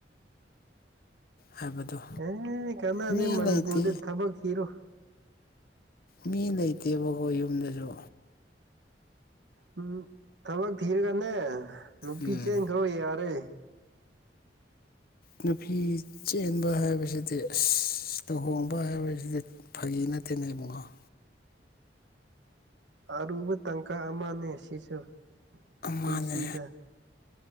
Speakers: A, on the right; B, on the left.
A: <unintelligible>
B: ꯍꯥꯏꯕꯗꯣ
A: ꯎꯝ ꯀꯥꯟꯅꯥꯗꯦ
B: ꯃꯤ
A: ꯃꯅꯤꯄꯨꯔꯗ
B: ꯂꯩꯇꯦ
A: ꯊꯕꯛ ꯊꯤꯔꯣ
B: ꯃꯤ ꯂꯩꯇꯦꯕꯀꯣ ꯌꯨꯝꯗꯁꯨ
A: ꯎꯝ ꯊꯕꯛ ꯊꯤꯔꯒꯅꯦ ꯅꯨꯄꯤ
B: ꯎꯝ
A: ꯆꯦꯟꯈ꯭ꯔꯣ ꯌꯥꯔꯦ
B: ꯅꯨꯄꯤ ꯆꯦꯟꯕ ꯍꯥꯏꯕꯁꯤꯗꯤ ꯑꯁ ꯏꯁ ꯂꯨꯍꯣꯡꯕ ꯍꯥꯏꯕꯁꯤꯗꯤ ꯐꯥꯒꯤ ꯅꯠꯇꯦꯅ ꯏꯕꯨꯡꯉꯣ
A: ꯑꯔꯨꯕ ꯇꯥꯡꯀꯛ ꯑꯃꯅꯦ ꯁꯤꯁꯨ ꯄꯨꯟꯁꯤꯗ
B: ꯃꯥꯅꯦ